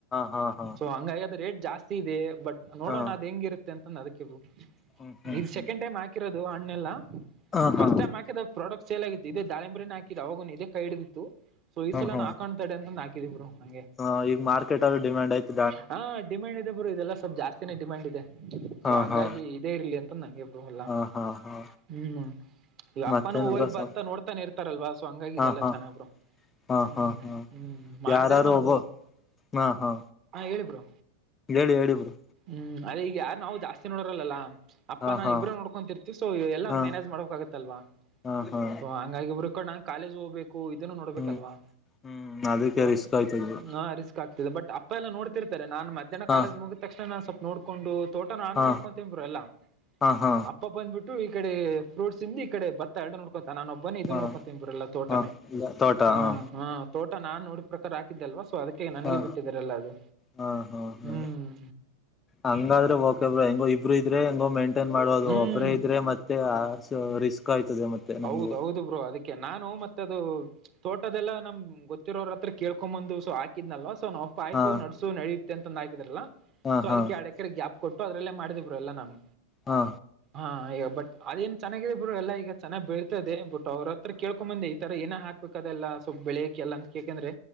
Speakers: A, on the left; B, on the right.
A: ಹಾ ಹಾ
B: ಸೊ ಹೆ ರೇಟ್ ಜಾಸ್ತಿ ಇದೆ ಬಟ್ ನೋಡೋಣ
A: ಹಾ ಹಾ
B: ಅ್ ಹೆಂಗಿರುತ್ತೆ ಅಂತ ಅದಕ್ಕೆ ಇರು
A: ಹ್ಮ್ ಹ್ಮ್
B: ಇದು
A: ಹ್ಮ್
B: ಸೆಕೆಂಡ್ ಟೈಮ್ ಹಾಕಿರೋದು ಹಣ್ಣೆಲ್ಲ
A: ಹ ಹಾ
B: ಫಸ್ಟ್ ಟೈಮ್ ಹಾಕಿದ ಪ್ರಾಡಕ್ಟ್ ಸೇಲ್ ಆಗಿತ್ತು ಇದೇ ದಾಳಿಂಬರನ್ ಹಾಕಿದ ಅವಾಗೂ ಇದೇ ಕೈ ಹಿಡಿದಿತ್ತು ಸೊ ಈ
A: ಹ್ಮ
B: ಸಲ
A: ಹ್ಮ
B: ಹಾಕೊಂಡ್ ತಡೆ ಅಂತಂದು ಹಾಕಿದಿ ಬ್ರೋ ಹಂಗೆ
A: ಹ ಈಗ ಮಾರ್ಕೆಟ್ಲ್ಲಿ ಡಿಮ್ಯಾಂಡ್ ಆಯತ
B: ಹಾ ಡಿಮ್ಯಾಂಡ್ ಇದೆ ಬ್ರೋ ಇದೆಲ್ಲ ಸ್ವಲ್ಪ ಜಾಸ್ತಿನೇ ಡಿಮ್ಯಾಂಡ್ ಇದೆ ಸೊ
A: ಹಾ
B: ಹಂಗಾಗಿ
A: ಹಾ
B: ಇದೇ ಇರ್ಲಿ ಅಂತ ನಂಗೆ ಬ್ರೋ ಅಲ್ಲಾ
A: ಹಾ ಹಾ ಹಾ
B: ಹ್ಮ್ ಇಲ್ಲ ಅಪ್ಪನು
A: ಮತ್ತೇನ್
B: ಹೋಗ್
A: ಬ್ರೋ ಸಂ
B: ಬರ್ತಾ ನೋಡ್ತಾನ ಇರ್ತಾರಲ್ವಾ ಸೊ ಹಂಗಾಗಿದೆಲ್ಲ
A: ಹಾ ಹಾ
B: ಚೆನ್ನಾಗ್ರು
A: ಹಾ
B: ಹ್ಮ್
A: ಹಾ ಹಾ
B: ಹ್ಮ್ ಮಾಡಿದ್ರ
A: ಯಾರಾರು
B: ನಾವು
A: ಒಬ್ಬ
B: ಮೂ
A: ಹಾ ಹಾ
B: ಹ ಹೇಳೀ ಬ್ರೋ
A: ಹೇಳಿ ಹೇಳಿ ಬ್ರೋ
B: ಹ್ಮ್ ಅದ ಈಗ ಯಾರ ನಾವು ಜಾಸ್ತಿ ನೋಡೋರಲ್ಲಾ ಅಪ್ಪಾ
A: ಹಾ
B: ನಾನ್
A: ಹಾ
B: ಇಬ್ರ ನೋಡ್ಕೊತರ್ತಿವಿ ಸೊ ಎಲ್ಲ
A: ಹಾ
B: ಮ್ಯಾನೇಜ್ ಮಾಡ್ಕ್ ಆಗತ್ತಲ್ವಾ
A: ಹಾ ಹಾ
B: ಸೊ ಹಂಗಾಗಿ ಬ್ರು ಕ ನಾ ಕಾಲೇಜ್ ಹೋಗ್ಬೇಕು ಇದನ್ನು ನೋಡ್ಬೇಕಲ್ವಾ
A: ಹ್ಮ್ ಹ್ಮ್ ಅದಕ್ಕೆ
B: ಸ
A: ರಿಸ್ಕ್ ಆಯ್ತದ್ ಬ್ರೋ
B: ಹಾ ರಿಸ್ಕ್ ಆ ಬಟ್ ಅಪ್ಪ ಎಲ್ಲ ನೋಡ್ತಿರ್ತಾರೆ ನನ್ ಮಧ್ಯಾಹ್ನ
A: ಹಾ
B: ಕಾಲೇಜ ಮುಗಿದ ತಕ್ಷಣ ನಾನ ಸ್ವಲ್ಪ ನೋಡ್ಕೊಂಡು ತೋಟ ನಾನ
A: ಹಾ
B: ನೋಡ್ಕೊಂತೇ ಬ್ರೋ ಎಲ್ಲಾ
A: ಹಾ ಹಾ
B: ಅಪ್ಪ ಬಂದ್ಬಿಟ್ಟು ಈ ಕಡೆ ಫ್ರೂಟ್ಸ್ ಇಂದ ಕಡೆ ಭತ್ತ ಎರಡು ನೋಡ್ಕೊಂತ ನಾನು ಒಬ್ಬನೇ ಇದು
A: ಹಾ
B: ನೋಡ್ಕೊಂತನ್ ಬ್ರೋ ಎಲ್ಲ ತೋಟನೇ
A: ಹಾ ತೋಟ
B: ಹ್ಮ್
A: ಹಾ
B: ತೋಟ ನಾನ್ ನೋಡ ಪ್ರಕಾರ ಹಾಕಿದ್ದಲ್ವ ಸೊ ಅದಕ್ಕೆ ನನಗೆ
A: ಹಾ
B: ಬಿಟ್ಟಿದ್ರಲ್ಲ ಅದು
A: ಹಾ ಹಾ ಹಾ
B: ಹ್ಮ್
A: ಹಂಗಾದ್ರೆ ಓಕೆ ಬ್ರೋ ಹೆಂಗೋ ಇಬ್ರು ಇದ್ರೆ ಹೆಂಗೋ ಮೇಂಟೈನ್ ಮಾಡೋದು
B: ಹ್ಮ್
A: ಒಬ್ಬ್ರೇ ಇದ್ರೆ ಮತ್ತೆ ರಿಸ್ಕ್ ಆಯ್ತದೆ ಮತ್ತೆ
B: ಹೌದೌದು
A: ನಮಗೂ
B: ಬ್ರೋ ಅದಕ್ಕೆ ನಾನು ಮತ್ತದು ತೋಟದೆಲ್ಲ ನಮ್ ಗೊತ್ತಿರೋರ ಹತ್ರ ಕೇಳ್ಕೊಂಬಂದು ಸೊ ಹಾಕಿದ್ನಲ್ವೊ ನಾವ್ ಅಪ್ಪ ಆಯ್ತು
A: ಹಾ
B: ನಡ್ಸು ನಡ ತಂದಂದು ಹಾಕಿದ್ರಲ್ಲ
A: ಹಾ
B: ಸೊ
A: ಹಾ
B: ಅದಕ್ಕೆ ಎರಡ್ ಎಕರೆ ಗ್ಯಾಪ್ ಕೊಟ್ಟು ಅದ್ರಲ್ಲೇ ಮಾಡಿದ್ರ ಎಲ್ಲ ನಾನು
A: ಹಾ
B: ಹಾ ಈಗ ಬಟ್ ಅದೇಏನ್ ಚೆನ್ನಾಗಿದೆ ಬ್ರೋ ಎಲ್ಲ ಈಗ ಚೆನ್ನಾಗಿ ಬೀಳ್ತದೆ ಬಟ್ ಅವ್ರತ್ರ ಕೇಳ್ಕೊಂಡ್ ಬಂದತ ಏ ಹಾಕ್ಬೇಕ ಅದೆಲ್ಲ ಸ್ವಲ್ಪ್ ಬೆಳಿಕ ಎ ಅಂತ ಎಕಂದ್ರೆ